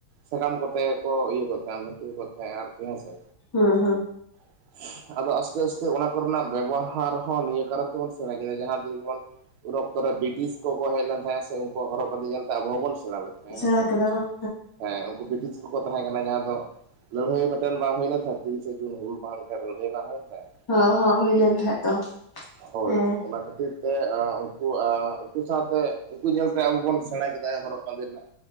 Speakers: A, on the right; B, on the left.
A: ᱥᱟᱠᱟᱢ ᱠᱚᱛᱮ ᱜᱮ ᱠᱚ ᱤᱭᱟᱹᱠᱚᱜ ᱛᱟᱦᱮᱸᱜ-ᱟ ᱞᱟᱹᱴᱩᱢ ᱠᱚᱜ ᱛᱟᱦᱮᱸᱜ-ᱟᱸ ᱟᱨᱠᱤ ᱦᱮᱸ ᱥᱮ᱾
B: ᱦᱮᱸ ᱦᱮᱸ
A: <unintelligible> ᱟᱫᱚ ᱟᱥᱛᱮ ᱟᱥᱛᱮ ᱚᱱᱟ ᱠᱚᱨᱮᱱᱟᱜ ᱵᱮᱵᱚᱦᱟᱨ ᱦᱚᱸ ᱱᱤᱭᱟᱹ ᱠᱟᱨᱚᱱ ᱛᱮᱵᱚᱱ ᱥᱮᱬᱟ ᱠᱮᱫᱟ ᱡᱟᱦᱟᱸ ᱛᱤᱨᱮᱵᱚᱱ, ᱩᱱ ᱚᱠᱛᱚ ᱨᱮ ᱵᱤᱴᱤᱥ ᱠᱚᱠᱚ ᱦᱮᱡ ᱞᱮᱱ ᱛᱟᱦᱮᱸᱜ-ᱟ ᱥᱮ ᱩᱱᱠᱩᱣᱟᱜ ᱦᱚᱨᱚᱜ ᱵᱟᱸᱫᱮ ᱧᱮᱞᱛᱮ ᱟᱵᱚ ᱦᱚᱸᱵᱚᱱ ᱥᱮᱬᱟ ᱞᱮᱫ᱾ ᱦᱮᱸ
B: ᱥᱮᱬᱟ
A: ᱦᱮᱸᱥᱮ᱾
B: ᱠᱮᱫᱟ ᱵᱟᱝ
A: ᱦᱮᱸ ᱩᱱᱠᱩ ᱵᱤᱴᱤᱥ ᱠᱚᱠᱚ ᱛᱟᱦᱮᱸ ᱠᱟᱱᱟ ᱡᱟᱦᱟᱸ ᱫᱚ ᱞᱟᱹᱲᱦᱟᱹᱭ ᱢᱤᱫᱴᱮᱱ ᱵᱟᱝ ᱦᱩᱭ ᱞᱮᱱ ᱛᱟᱦᱮᱸᱜ ᱛᱤᱨᱤᱥᱟ ᱡᱩᱱ ᱦᱩᱞ ᱢᱟᱦᱟ- ᱨᱟᱹᱲᱦᱟᱹᱭ ᱵᱟᱝ ᱦᱳᱭ ᱞᱮᱱ ᱛᱟᱦᱮᱜ-ᱟ?
B: ᱦᱚᱸ ᱦᱚᱸ ᱦᱩᱭ ᱞᱮᱱ ᱛᱟᱦᱮᱸᱫ ᱛᱚ
A: ᱦᱳᱭ
B: ᱦᱮᱸ
A: ᱚᱱᱟ ᱠᱷᱟᱹᱛᱤᱨᱼ ᱛᱮ ᱮᱸ ᱩᱱᱠᱩ ᱟᱸ ᱩᱱᱠᱩ ᱥᱟᱶᱛᱮ ᱩᱱᱠᱩ ᱧᱮᱞᱛᱮ ᱟᱵᱚ ᱵᱚᱱ ᱥᱮᱬᱟ ᱠᱮᱫᱟ ᱦᱚᱨᱚᱜ ᱵᱟᱸᱫᱮ ᱨᱮᱱᱟᱜ᱾